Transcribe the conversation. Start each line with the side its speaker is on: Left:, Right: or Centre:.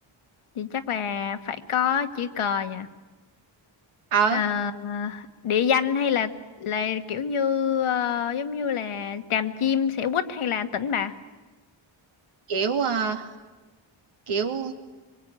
Left: Thì chắc là phải có chữ cờ nha.
Right: ở
Left: Ờ, địa danh hay là là kiểu như ờ, giống như là Tràm Chim, Xẻo Quýt hay là Tỉnh Bà?
Right: kiểu ờ, kiểu